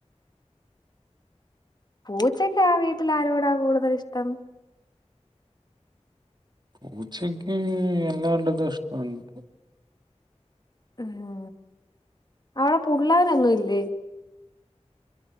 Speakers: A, on the left; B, on the right.
A: പൂച്ചക്ക് ആ വീട്ടിൽ ആരോടാ കൂടുതൽ ഇഷ്ടം
B: പൂച്ചക്ക് എല്ലാ നല്ലത്ഷ്ട്ടുണ്ട്
A: മ് അവിടെ പുള്ളോരൊന്നും ഇല്ലേ